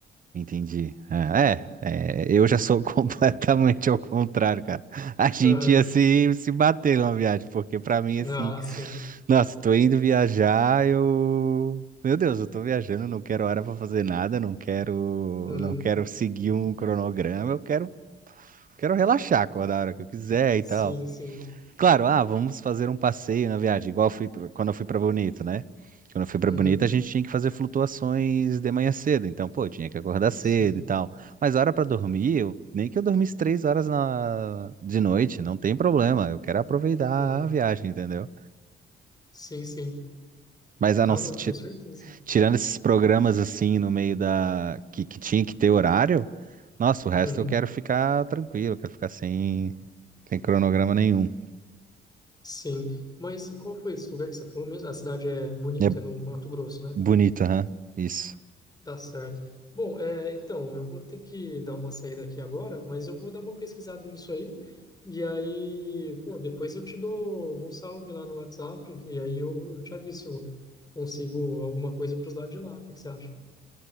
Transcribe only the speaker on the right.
Entendi. É, é, é, eu já sou <laughs> completamente ao contrário, cara. A gente
ia se, se bater numa viagem, porque pra mim, assim,
nossa, tô indo viajar, eu. Meu Deus, eu tô viajando, não quero hora pra fazer nada, não quero,
não quero seguir um cronograma, eu quero, quero relaxar, acordar a hora que eu quiser e
tal.
Claro, ah, vamos fazer um passeio na viagem, igual eu fui pra- quando eu fui pra Bonito, né? Quando eu fui pra
Bonito, a gente tinha que fazer flutuações de manhã cedo, então, pô, eu tinha que acordar cedo
e tal. Mas hora pra dormir, eu- nem que eu dormisse três horas na- de noite, não tem problema, eu quero aproveitar
a viagem, entendeu?
Mas a
não, ser-
ti-
tirando esses programas assim no meio da que, que tinha que ter horário, nossa, o resto
eu quero ficar tranquilo, eu quero ficar sem, sem cronograma nenhum.
É
bonito, aham, Isso.